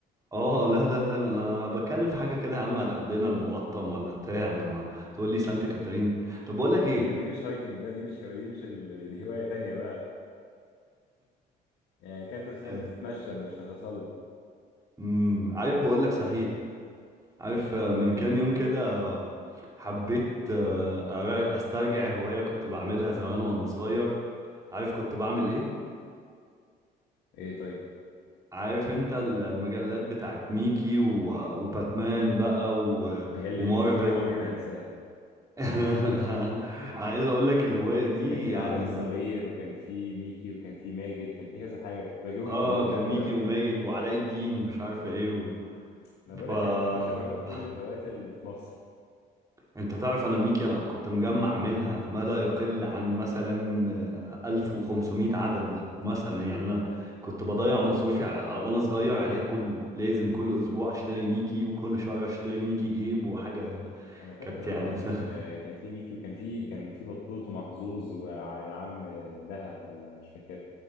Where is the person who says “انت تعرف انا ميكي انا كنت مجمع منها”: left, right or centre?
Right